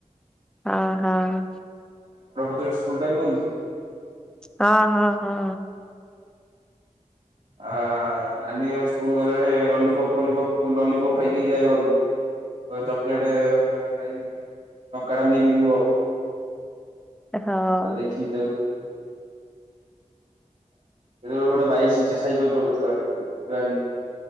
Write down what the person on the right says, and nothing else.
ତାର ସ୍କୁଲ୍ ଟାଇମ୍ ନୁହଁ କିସେ।
<inaudible> ରାନି ଏ ସ୍କୁଲ ଗଲାବେଳେ ଲଲିପପ୍ ଫିଲିପପ୍ ଲଲିପପ୍ ଖାଇ ଖାଇ ଯାଏ ଘରୁ। କହେ ଚକ୍ଲେଟେ ଖାଇକି ଯିବି। ଟଙ୍କା ଟା ନେଇକି ଯିବ।
ତାକୁ, ଦେଖିଚି ତାକୁ। <unintelligible> ବେଳେ ଗୋଟେ ବାଇଶ ଇଞ୍ଚିଆ ସାଇକେଲ ଚଲଉଥିଲା ରାନୀ।